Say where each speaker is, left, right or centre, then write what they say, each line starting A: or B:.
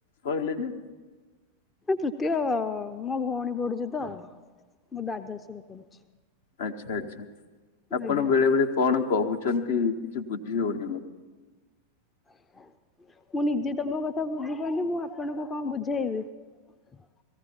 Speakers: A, on the left (about 55°); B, on the left (about 15°).
A: କହିଲେ ଯେ
B: ତୃତୀୟ ମୋ ଭଉଣୀ ପଢୁଛି ତ। ମୁଁ ଦ୍ୱାଦଶ ରେ ପଢୁଛି।
A: ଆଚ୍ଛା ଆଚ୍ଛା ଆପଣ
B: ଆଜ୍ଞା
A: ବେଳେ ବେଳେ କଣ କହୁଛନ୍ତି। କିଛି ବୁଝି ହଉନି ମୁଁ
B: <inaudible> ମୁଁ ନିଜେ ତମ କଥା ବୁଝିପାରୁନି ମୁଁ ଆପଣଙ୍କୁ କଣ ବୁଝେଇବି। ହ <inaudible>